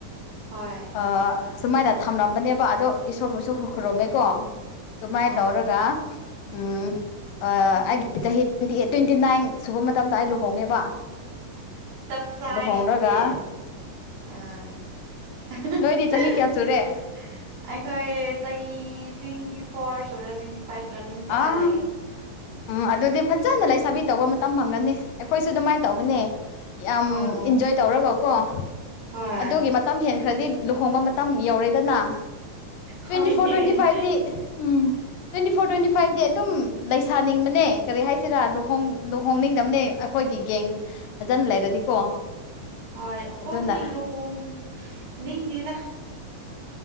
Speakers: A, on the right (about 65°); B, on the left (about 80°).
A: ꯍꯣꯏ
B: ꯑ ꯁꯨꯃꯥꯏꯅ ꯊꯝꯂꯝꯝꯕꯅꯦꯕ ꯑꯗꯣ ꯏꯁꯣꯔꯕꯨꯁꯨ ꯈꯔꯨꯝꯃꯦꯀꯣ ꯑꯗꯨꯃꯥꯏ
A: ꯑꯥ
B: ꯇꯧꯔꯒ ꯎꯝ ꯑ ꯑꯩꯒꯤ ꯆꯍꯤ ꯇ꯭ꯋꯦꯟꯇꯤꯑꯥꯏꯠ ꯇ꯭ꯋꯦꯟꯇꯤ ꯅꯥꯏꯟ ꯁꯨꯕ ꯃꯇꯝꯗ ꯑꯩ ꯂꯨꯍꯣꯡꯉꯦꯕ
A: ꯆꯞ ꯆꯥꯏꯅꯤ
B: ꯂꯨꯍꯣꯡꯔꯒ
A: ꯑꯗꯨꯤꯗꯤ ꯎꯝ <unintelligible>
B: ꯅꯣꯏꯗꯤ ꯆꯍꯤ ꯀꯌꯥ ꯁꯨꯔꯦ
A: ꯑꯈꯣꯏ ꯆꯍꯤ ꯇ꯭ꯋꯦꯟ ꯇ꯭ꯋꯦꯟꯇꯤ ꯐꯣꯔ ꯁꯨꯔꯦ ꯇ꯭ꯋꯦꯟꯇꯤ ꯐꯥꯏꯚ ꯔꯟꯅꯤꯡ ꯆꯠꯂ
B: ꯑꯥ
A: ꯂꯩꯔꯦ
B: ꯎꯝ ꯑꯗꯨꯗꯤ ꯐꯖꯅ ꯂꯩꯁꯥꯕꯤ ꯇꯧꯕ ꯃ ꯃꯇꯝ ꯐꯪꯒꯅꯤ ꯑꯩꯈꯣꯏꯁꯨ ꯑꯗꯨꯃꯥꯏꯅ ꯇꯧꯕꯅꯦ ꯌꯥꯝ
A: ꯑꯣ
B: ꯏꯟꯖꯣꯏ ꯇꯧꯔꯒꯀꯣ
A: ꯍꯣꯏ
B: ꯑꯗꯨꯒꯤ ꯃꯇꯝ ꯍꯦꯟ ꯍꯦꯟꯈ꯭ꯔꯗꯤ ꯂꯨꯍꯣꯡꯕ ꯃꯇꯝ ꯌꯧꯔꯦꯗꯅ ꯇ꯭ꯋꯦꯟꯇꯤ
A: ꯍꯣꯏꯅꯦ
B: ꯐꯣꯔ ꯇ꯭ꯋꯦꯟꯇꯤ fifty um twenty four twenty ꯁ꯭ꯋꯥꯏꯗꯤ ꯑꯗꯨꯝ ꯂꯩꯁꯥꯅꯤꯡꯕꯅꯦ ꯀꯔꯤ ꯍꯥꯏꯁꯤꯔ ꯂꯨꯍꯣꯡ ꯂꯨꯍꯣꯡꯅꯤꯡꯗꯕꯅꯦ ꯑꯩꯈꯣꯏꯒꯤ ꯌꯦꯡ ꯐꯖꯅ ꯂꯩꯔꯗꯤꯀꯣ
A: ꯍꯣꯏ ꯍꯣꯡ
B: ꯑꯗꯨꯅ
A: ꯅꯤꯡ ꯂꯨꯍꯣꯡꯅꯤꯡꯗꯦꯗ